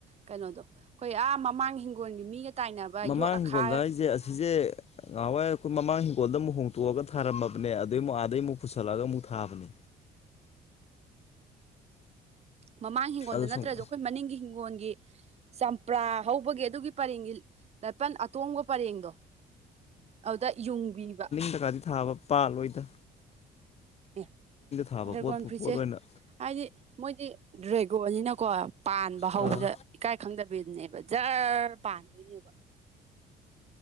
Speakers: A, on the right; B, on the left.
A: ꯀꯩꯅꯣꯗꯣ ꯑꯩꯈꯣꯏ ꯑꯥ ꯃꯃꯥꯡ ꯍꯤꯡꯒꯣꯜꯒꯤ ꯃꯤꯒ ꯇꯥꯏꯅꯕ
B: ꯃꯃꯥꯡ
A: ꯌꯣꯠ
B: ꯏꯤꯡꯈꯣꯜꯗ
A: ꯑꯈꯥ
B: ꯍꯥꯏꯁꯦ ꯑꯁꯤꯁꯦ ꯉꯍꯥꯟꯋꯥꯏ ꯑꯩꯈꯣꯏ ꯃꯃꯥꯡ ꯍꯤꯡꯒꯣꯜꯗ ꯑꯃꯨꯛ ꯍꯣꯡꯇꯣꯛꯑꯒ ꯊꯥꯔꯝꯃꯕꯅꯦ ꯑꯗꯨꯗꯏꯨ ꯑꯥꯗꯩ ꯑꯃꯨꯛ ꯄꯨꯁꯜꯂꯒ ꯑꯃꯨꯛ ꯊꯥꯕꯅꯦ
A: ꯃꯃꯥꯡ ꯍꯤꯡꯒꯣꯜꯗ
B: ꯑꯗꯣ
A: ꯅꯠꯇ꯭ꯔꯁꯨ
B: ꯁꯨꯡ
A: ꯑꯩꯈꯣꯏ ꯃꯅꯤꯡꯒꯤ ꯍꯤꯡꯒꯣꯜꯒꯤ ꯆꯝꯄ꯭ꯔꯥ ꯍꯧꯕꯒꯤ ꯑꯗꯨꯒꯤ ꯄꯔꯦꯡꯒꯤ ꯂꯄꯜ ꯑꯇꯣꯡꯕ ꯄꯔꯦꯡꯗꯣ ꯑꯗꯨꯗ ꯌꯨꯡꯕꯤꯕ
B: ꯇꯀꯥꯗꯤ ꯊꯥꯕ ꯄꯥꯜ ꯑꯣꯏꯗ
A: ꯑꯦ
B: ꯊꯥꯕ
A: ꯗ꯭ꯔꯦꯒꯣꯟ
B: ꯄꯣꯠꯄꯨ
A: ꯐ꯭ꯔꯨꯏꯠꯁꯦ
B: ꯄꯣꯠ ꯑꯣꯏꯅ
A: ꯍꯥꯏꯗꯤ ꯃꯣꯏꯗꯤ ꯗ꯭ꯔꯦꯒꯣꯅꯤꯅꯀꯣ ꯄꯥꯟꯕ ꯍꯧꯕꯗ
B: ꯑꯥ
A: ꯏꯀꯥꯏ ꯈꯪꯗꯕꯤꯗꯅꯦꯕ ꯖꯔ ꯄꯥꯟꯕꯥꯟꯗꯣꯏꯅꯦꯕ